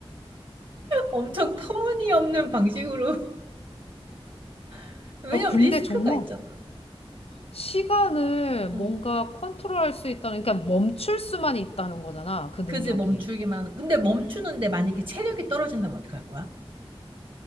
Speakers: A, on the right; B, on the left.
A: 엄청 터무니없는 방식으로 <laughs> 왜냐면
B: 어, 근데
A: 리스크가
B: 정말
A: 있잖아.
B: 시간을 뭔가
A: 응.
B: 컨트롤할 수 있다는, 그러니까 멈출 수만 있다는 거잖아, 그 능력이.
A: 그지 멈추기만. 근데 멈추는데 만약에 체력이 떨어진다면 어떡할 거야?